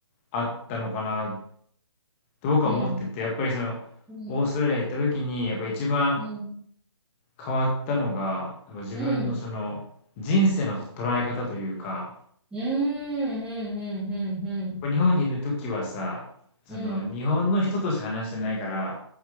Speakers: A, on the left (about 25°); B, in the centre.
A: あったのかなと僕は思ってて、
B: うん、
A: やっぱりその、
B: うん、
A: オーストラリア行った時に、やっぱ一番
B: うん、
A: 変わったのが、やっぱ自分のその、
B: うん、
A: 人生の捉え方というか、
B: うん、うん、うん、うん、
A: 日本にいる時はさ、その、
B: うん、
A: 日本の人としか話してないから、